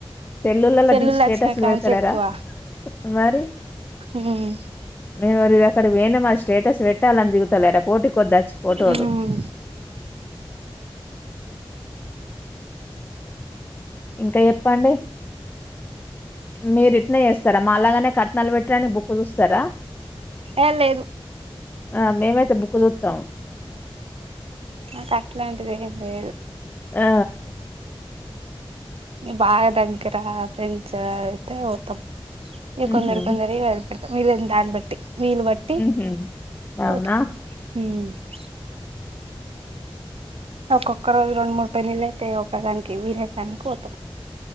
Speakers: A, on the left (about 20°); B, on the right (about 80°).
A: సెల్లలలో
B: సెల్లులు
A: ది స్టేటస్లు
B: వచ్చిన కాంచి
A: పెడతలేరాా
B: ఎక్కువ
A: మరి
B: ఉమ్
A: మేమురి ఇది అక్కడి వెనా మరి స్టేటస్ పెట్టాలని దిగుతలేరా పోటీ కొద్దచ్చ ఫోటోలు
B: ఉమ్
A: ఇంకా చెప్పండి మీరి ఇట్లనే చేస్తారా మా అలాగానే నలబెట్టని బుక్ చూస్తారా
B: ఏ లేదు
A: ఆ మేమైతే బుక్కు చుత్తం
B: నాకు అట్లాంటిది ఏం లేదు
A: ఆ
B: న బాగా దగ్గర ఫ్రెండ్స్ అయితే పోతాం ఇ
A: మ్హూ,
B: కొందరి కొందరి ఇ పెత మీరుందాన్ పట్టి వీలు బట్టి
A: మ్హూ.
B: పోతం
A: అవునా
B: <unintelligible> ఒక్కొక్క రోజు రెండు మూడు పెన్నళ్ళైతే ఒకదానికి వీర దానికి పోతాం